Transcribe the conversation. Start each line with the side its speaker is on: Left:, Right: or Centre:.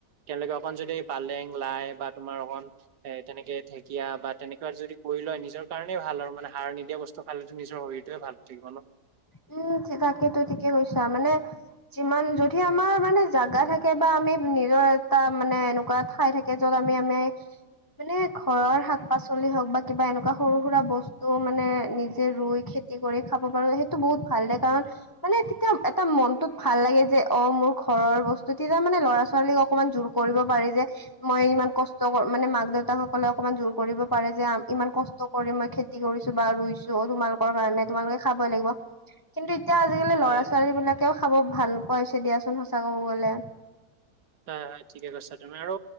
Right: কেলে অকণ যদি পালেং, লাই বা তোমাৰ অকণ এ তেনেকে ঢেঁকীয়া বা তেনেকুৱা যদি কৰি লয় নিজৰ কাৰণেই ভাল আৰু মানে সাৰ নিদিয়া বস্তু খালেতো নিজৰ শৰীৰটোৱে ভাল থাকিব ন।
Left: উম! তাকেইেতো ঠিকেই কৈছা মানে যিমান যদি আমাৰ মানে জাগা থাকে বা আমি নিজৰ এটা মানে এনেকুৱা ঠাই থাক এ যত আমি আমি মানে ঘৰৰ শাক পাচলি হওঁক, বা কিবা এনেকুৱা সৰু সুৰা বস্তু মানে নিজে ৰুই খে তি, কৰি খাব পাৰো সেইটো বহুত ভাল লাগে কাৰণ মানে তেতিয়া এটা মনটোত ভাল লাগে যে, অ' মোৰ ঘৰৰ বস্তু তেতিয়া মানে ল'ৰা ছোৱালীক অকমান জোৰ কৰিব পাৰি যে মই ইমান কষ্ট কৰি, মানে মাক দেউতাকসকলে অকমান জোৰ কৰিব পাৰে যে ইমান কষ্ট কৰি মই খেতি কৰিছো বা ৰুইছো, তোমালোকৰ কাৰণে তোমালোকে খাবই লাগিব। কিন্তু এতিয়া আজিকালি ল'ৰা
Right: হয়।
Left: ছোৱালী বিলাকেও খাব ভাল পোৱা হৈছে দিয়াচোন সঁচা কব গ'লে।
Right: হয় হয় ঠিক কৈছা, তুমি আৰু